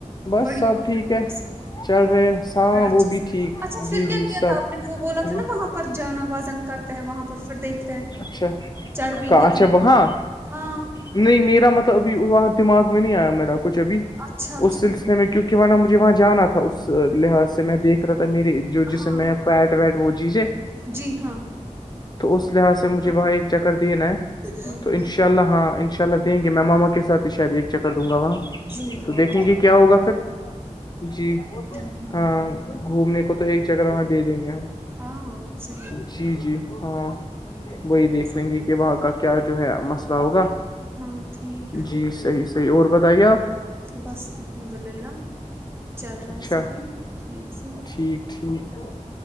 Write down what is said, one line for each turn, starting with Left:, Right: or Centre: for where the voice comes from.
Left: بس
Right: بڑھیا
Left: سب ٹھیک ہے
Right: بس
Left: چل رہے ہیں۔ ہاں
Right: رہا اچھا
Left: وہ بھی ٹھیک
Right: اچھا پھر
Left: جی
Right: کیا
Left: جی
Right: کیا
Left: سب
Right: تھا آپ نے وہ بولا
Left: اچھا
Right: تھا نا وہاں پر جانا وادن کرتے ہیں وہاں پر پھر دیکھتے ہیں
Left: اچھا
Right: چربی
Left: کا
Right: کتنی
Left: اچھا وہاں
Right: ہے ہاں
Left: نہیں میرا مطلب ابھی وہاں دماغ میں نہیں آیا میرا کچھ ابھی
Right: اچھا
Left: اس
Right: اچھا
Left: سلسلے میں کیونکہ مجھے وہاں جانا تھا تھا اس
Right: ہوں
Left: لحاظ سے میں دیکھ رہا تھا میری جو جسم
Right: ہاں
Left: میں فٹ ویٹ وہ چیزیں
Right: جی ہاں
Left: تو اس لحاظ سے مجھے
Right: تو
Left: وہ ایک چکر دینا ہے
Right: ہوں
Left: تو
Right: ہوں
Left: ان شاء اللہ ہاں ان شاء اللہ دیں گے میں ماما کے سات ہی شاید ایک چکر دوں گا وہاں
Right: جی ہاں
Left: تو دیکھیں گے کیا ہوگا پھر جی
Right: ہوں ہوں
Left: ہاں گھومنے کو تو ایک جگہ وہاں دے دیں گے ہم
Right: ہاں اچھا
Left: جی جی ہاں
Right: بالکل
Left: وہی دیکھ لیں گے کہ وہاں کا کیا جو ہے مسئلہ ہوگا
Right: ہاں ٹھیک
Left: جی صحیح صحیح اور بتائیے آپ
Right: بس الحمد للہ چل رہا
Left: اچھا
Right: ہے سبھی ٹھیک سے
Left: ٹھیک ٹھیک